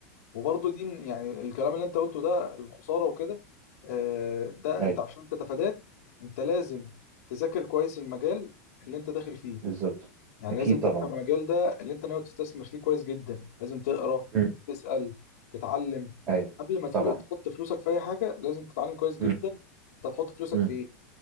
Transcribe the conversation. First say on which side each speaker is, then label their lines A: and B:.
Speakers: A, on the left; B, on the right.
A: وبرضه دي من- يعني الكلام اللي انت قلته ده الخسارة وكده آه، ده
B: ايوه
A: انت عشان تتفاداه انت لازم تذاكر كويس المجال اللي انت داخل فيه
B: بالظبط
A: يعني
B: اكيد
A: لازم تفهم
B: طبعا
A: المجال ده اللي انت ناوي تستثمر فيه كويس جدا لازم تقرا
B: مم.
A: تسأل تتعلم
B: ايوه
A: قبل ما تفل-
B: طبعا
A: تحط فلوسك في اي حاجة لازم تتعلم كويس جدا
B: مم.
A: انت هتحط فلوسك
B: مم.
A: في ايه